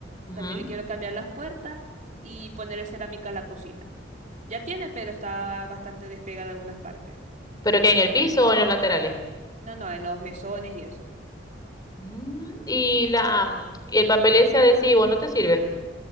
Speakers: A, on the left; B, on the right.
A: Ujú.
B: También le quiero cambiar las puertas y ponerle cerámica a la cocina. Ya tiene, pero está bastante despegada en algunas partes.
A: Pero que en el piso o en los laterales.
B: No, no, en los mesones y eso.
A: Mm, Y la mm, y el papel ese adhesivo no te sirve.